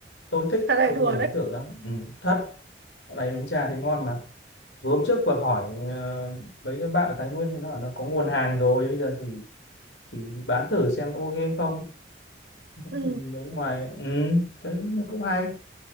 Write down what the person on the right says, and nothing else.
trà này
đùa
đấy
ừ.